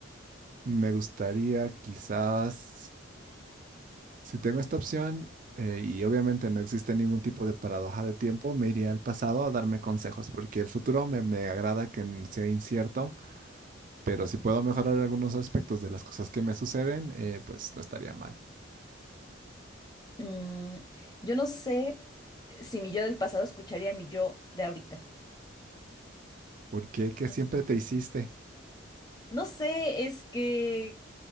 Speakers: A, on the right (about 40°); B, on the left (about 20°).
A: me gustaría quizás, si tengo esta opción, eh, y obviamente no existe ningún tipo de paradoja de tiempo, me iría al pasado a darme consejos, porque el futuro me, me agrada que n- sea incierto, pero si puedo mejorar algunos aspectos de las cosas que me suceden, eh, pues no estaría mal.
B: Mm, yo no sé si mi yo del pasado escucharía a mi yo de ahorita.
A: Porque
B: Entonces,
A: que siempre te hiciste?
B: no sé, es que